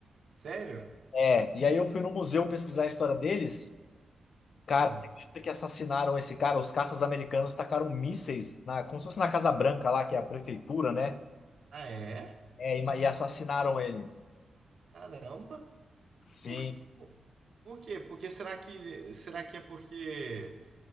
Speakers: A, on the right (about 55°); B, on the left (about 60°).
A: Sério?
B: É, e aí eu fui no museu pesquisar a história deles. Cara,
A: Ah,
B: você acredita que assassinaram esse cara? Os caças americanos tacaram mísseis na, como se fosse na Casa Branca lá, que é a prefeitura, né?
A: ah, é?
B: É, e, ma- e assassinaram ele.
A: Caramba.
B: Sim.
A: Por que, por por quê? Porque será que será que é porque